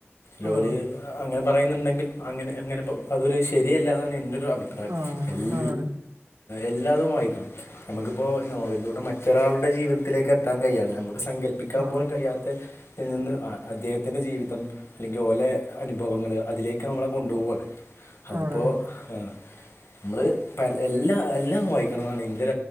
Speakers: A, on the left; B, on the right.
A: ജോല്
B: ആഹ്
A: അങ്ങനെ പറയുന്നുണ്ടെങ്കിലും അങ്ങനെ അങ്ങനെപ്പം അതൊരു ശരിയല്ലാ എന്നാണ് എൻറെ ഒരു അഭിപ്രായം
B: ആഹ്
A: കീ
B: ആണാണ്
A: എല്ലാതും വായിക്കണം നമുക്കിപ്പോൾ നോവലിലൂടെ മറ്റൊരാളുടെ ജീവിതത്തിലേക്ക് എത്താൻ കഴിയാണ് നമ്മുക്ക് സങ്കല്പ്പിക്കാൻ
B: ആഹ്
A: പോലും കഴിയാത്തതി നിന്ന് അദ്ദേഹത്തി്ന്റെ ജീവിതം അല്ലെങ്കിൽ ഓലെ അനുഭവങ്ങള്ൾ അതിലേക്ക് നമ്മളെ കൊണ്ടുപോവയാണ് അതിപ്പോൊ
B: ആണാണ്
A: ആ നമ്മള് എല്ലാം എല്ലാം വായിക്കണം എന്നാണ് എന്റെം